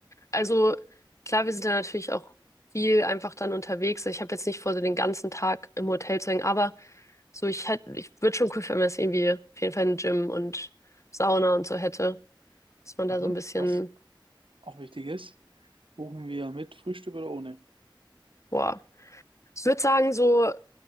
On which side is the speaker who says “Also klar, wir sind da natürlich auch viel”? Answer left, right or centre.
Left